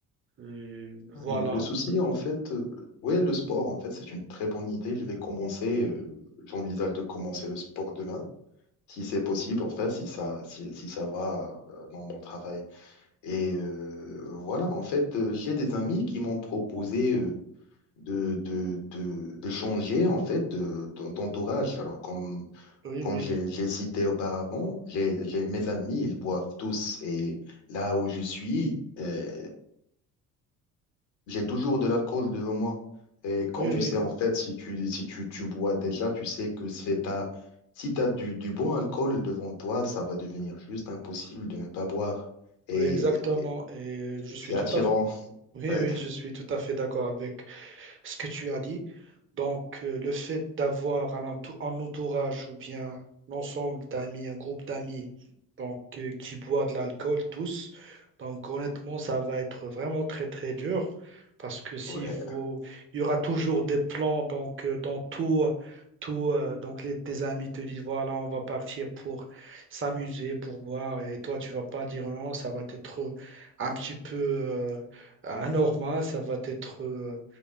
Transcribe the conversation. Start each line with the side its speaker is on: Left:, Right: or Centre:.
Right: Euh, voilà.
Left: Et le souci en fait, euh, ouais, le sport en fait, c'est une très bonne idée. Je vais commencer, euh, j'envisage de commencer le sport demain, si c'est possible, enfin, si ça, si, si ça va euh, dans mon travail. Et euh, voilà, en fait, euh, j'ai des amis qui m'ont proposé euh, de, de, de, de changer en fait de, de- d'entourage. Alors, comme,
Right: Oui,
Left: comme
Right: oui,
Left: j'ai j'ai cité auparavant, j'ai, j'ai- mes amis, ils boivent tous. Et là où je suis, euh, j'ai toujours de l'alcool devant moi. Et comme
Right: oui,
Left: tu
Right: oui,
Left: sais, en fait, si tu, si tu, tu bois déjà, tu sais que c'est ta, si tu as du, du bon alcool devant toi, ça va devenir juste impossible de ne pas boire. Et
Right: oui, exactement. Et je suis
Left: c'est
Right: tout
Left: attirant.
Right: à fait, oui,
Left: <laughs>
Right: oui, je suis tout à fait d'accord avec, ce que tu as dit. Donc, euh, le fait d'avoir un, entou- un entourage ou bien l'ensemble d'amis, un groupe d'amis, donc euh, qui boit de l'alcool tous, donc honnêtement, ça va être vraiment très très dur parce que si
Left: Ouais,
Right: vous, il y aura toujours des plans donc euh, dans tout. Tout, euh, donc les- tes amis te disent voilà on va partir pour s'amuser pour boire et toi tu vas pas dire non ça va être un petit peu euh, anormal ça va être euh,